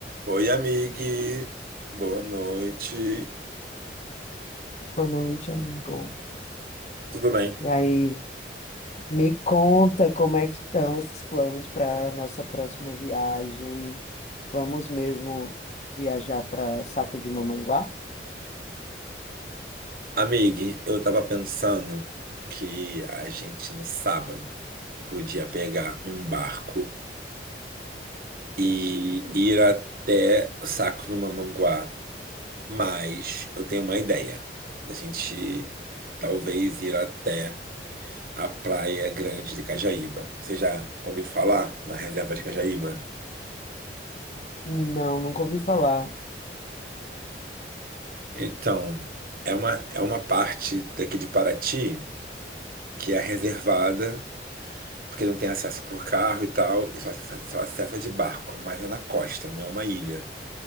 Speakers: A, on the right; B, on the left.
A: Oi, amigue. Boa noite.
B: Boa noite, amigo.
A: Tudo bem?
B: E aí, me conta como é que estão esses planos para a nossa próxima viagem. Vamos mesmo viajar para Saco de Mamanguá?
A: Amigue, eu tava pensando que a gente no sábado podia pegar um barco e ir até o Saco do Mamanguá. Mas eu tenho uma ideia. da gente talvez ir até a Praia Grande de Cajaíba. Você já ouviu falar na reserva de Cajaíba?
B: Não, nunca ouvi falar.
A: Então, é uma, é uma parte daqui de Paraty. que é reservada, porque não tem acesso por carro e tal, e só acessa, só acessa de barco, mas é na costa, não é uma ilha.